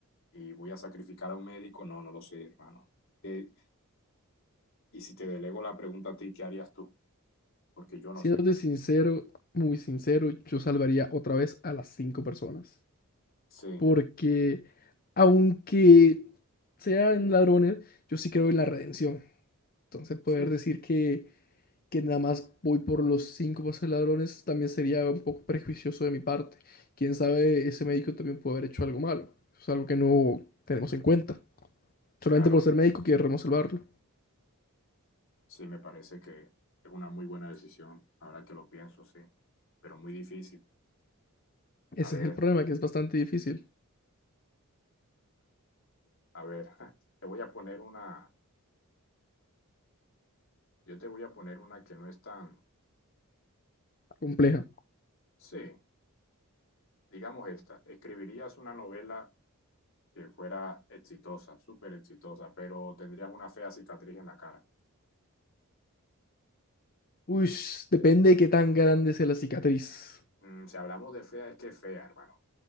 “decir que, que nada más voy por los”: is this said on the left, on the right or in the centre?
Left